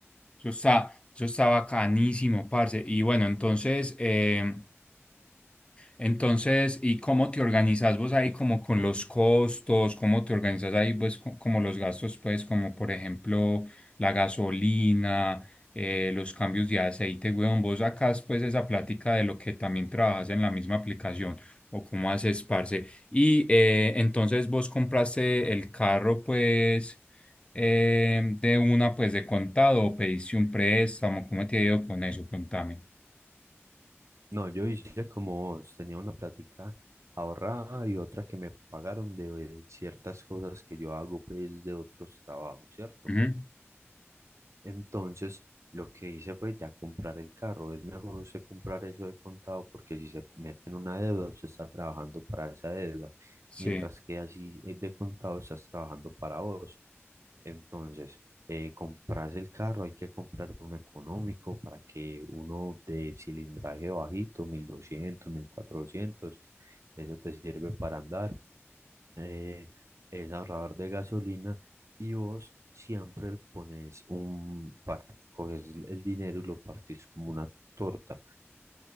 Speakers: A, on the left (about 25°); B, on the right (about 85°).
A: Eso está, eso está bacanísimo, parce. Y bueno, entonces, em, Entonces, ¿y cómo te organizas vos ahí como con los costos? ¿Cómo te organizas ahí pues co- como los gastos pues como por ejemplo la gasolina, eh, los cambios de aceite, weón? ¿Vos sacás pues esa plática de lo que también trabajas en la misma aplicación o cómo haces, parce? Y eh, entonces vos compraste el carro pues eh, de una pues de contado o pediste un préstamo, ¿cómo te ha ido con eso? Contame.
B: No, yo hice como vos, tenía una plática ahorrada y otra que me pagaron de eh, ciertas cosas que yo hago pues de otros trabajos, ¿cierto?
A: Ujú.
B: Entonces, lo que hice fue ya comprar el carro. Es mejor usted comprar eso de contado porque si se mete en una deuda, usted está trabajando para esa deuda,
A: Sí.
B: mientras que así eh, de contado estás trabajando para vos. Entonces, eh, compras el carro, hay que comprar uno económico para que uno de cilindraje bajito, mil doscientos mil cuatrocientos eso te sirve para andar eh, es ahorrador de gasolina y vos siempre pones un, par- coges el dinero y lo partís como una torta,